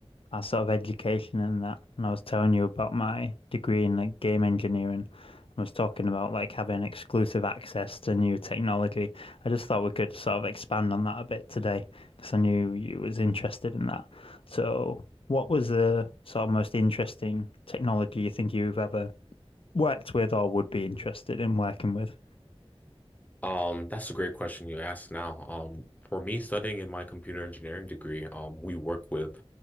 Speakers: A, on the left; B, on the left.
A: our sort of education and that, and I was telling you about my degree in like game engineering. I was talking about like having exclusive access to new technology. I just thought we could sort of expand on that a bit today because I knew you was interested in that. So, what was the sort of most interesting technology you think you've ever worked with or would be interested in working with?
B: Um, that's a great question you asked now. Um, for me, studying in my computer engineering degree, um, we work with